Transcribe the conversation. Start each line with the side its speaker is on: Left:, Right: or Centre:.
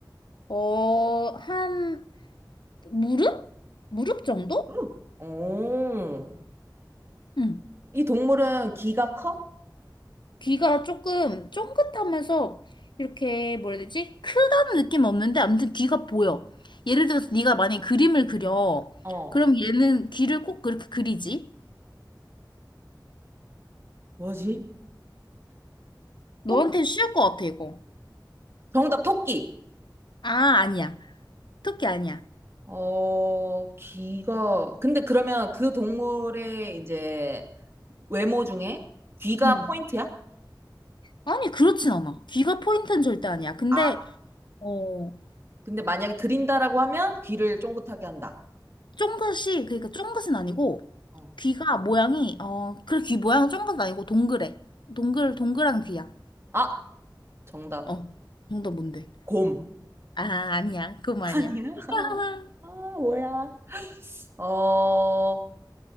Left: 어, 한, 무릎? 무릎 정도?
Right: 응 오,
Left: 응.
Right: 이 동물은 귀가 커?
Left: 귀가 조금 쫑긋하면서 이렇게 뭐라 해야 되지? 크다는 느낌 은 없는데 아무튼 귀가 보여. 예를 들어서 네가 만약에 그림을 그려.
Right: 어,
Left: 그럼 얘는 귀를 꼭 그렇게 그리지?
Right: 뭐지?
Left: 너한테는
Right: 토,
Left: 쉬울 것 같아, 이거.
Right: 정답, 토끼.
Left: 아, 아니야. 토끼 아니야.
Right: 어, 귀가, 근데 그러면 그 동물의 이제 외모 중에 귀가
Left: 음.
Right: 포인트야?
Left: 아니, 그렇진 않아. 귀가 포인트는 절대 아니야. 근데
Right: 아,
Left: 어,
Right: 근데 만약에 그린다라고 하면 귀를 쫑긋하게 한다.
Left: 쫑긋이 그러니까 쫑긋은 아니고
Right: 어.
Left: 귀가 모양이 어, 그래 귀 모양은 쫑긋 아니고 동그래. 동글 동글한 귀야.
Right: 아, 정답,
Left: 어. 정답 뭔데?
Right: 곰.
Left: 아, 아니야. 그건
Right: <laughs>
Left: 아니야.
Right: 아니야?
Left: <laughs>
Right: 아, 뭐야? 어,